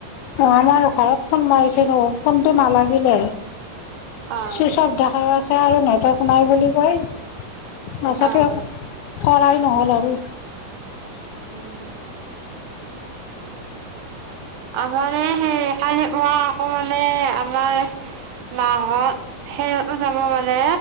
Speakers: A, on the left; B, on the right.
A: অ' আমাৰ ঘৰত ফোন মাৰিছে নো ফোনটো নালাগিলে
B: অ
A: চুইচ অফ দেখা আছে আৰু নেটৰ্ক নাই বুলি কয় তছতে
B: অ অ
A: কৰাই নহল আৰু
B: উম আ মানে হে কাল ক আকৌ মানে আমাৰ নাহত সেইহঁত যাব মানে